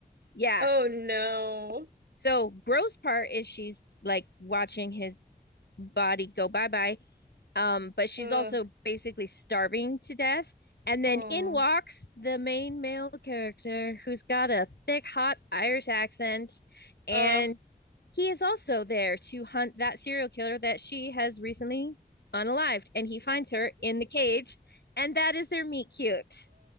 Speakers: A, on the left (about 90°); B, on the right (about 75°).
A: yeah.
B: Oh no.
A: So gross part is she's like watching his body go bye bye. Um, but she's
B: Ugh.
A: also basically starving to death. And then
B: Oh.
A: in walks the main male character who's got a thick, hot Irish accent. And
B: Oh. <laughs>
A: he is also there to hunt that serial killer that she has recently unalived. And he finds her in the cage. And that is their meet cute.